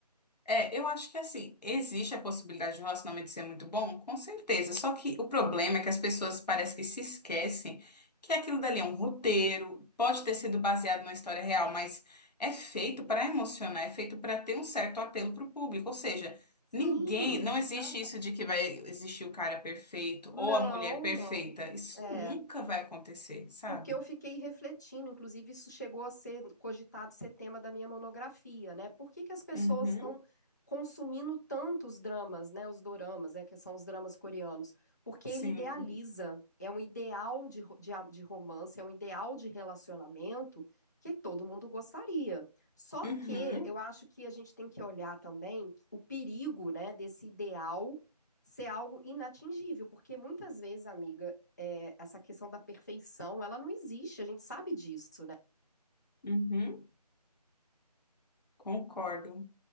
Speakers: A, on the left (about 75°); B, on the left (about 25°).
A: É, eu acho que assim, existe a possibilidade de o relacionamento ser muito bom, com certeza. Só que o problema é que as pessoas parece que se esquecem que aquilo dali é um roteiro, pode ter sido baseado numa história real, mas é feito para emocionar, é feito para ter um certo apelo para o público. Ou seja,
B: Sim,
A: ninguém, não existe
B: exata.
A: isso de que vai existir o cara perfeito
B: Não,
A: ou a mulher perfeita.
B: não.
A: Isso
B: É.
A: nunca vai acontecer, sabe?
B: Porque eu fiquei refletindo, inclusive isso chegou a ser cogitado ser tema da minha monografia, né? Por que que as pessoas
A: Uhum,
B: estão consumindo tantos dramas, né? Os doramas, né? Que são os dramas coreanos. Porque
A: sim.
B: ele idealiza, é um ideal de, ro- de, a- de romance, é um ideal de relacionamento que todo mundo gostaria. Só
A: Uhum,
B: que eu acho que a gente tem que olhar também o perigo, né, desse ideal ser algo inatingível, porque muitas vezes, amiga, é, essa questão da perfeição, ela não existe, a gente sabe disso, né?
A: uhum. Concordo.